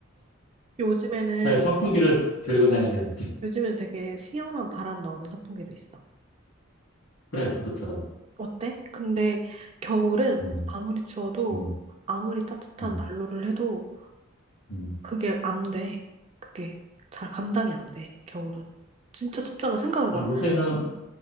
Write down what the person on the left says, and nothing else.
차라리 선풍기를
들고 다니는 게 낫지.
그래, 그렇더라.
음,
음,
음,
음.
아, 요새는,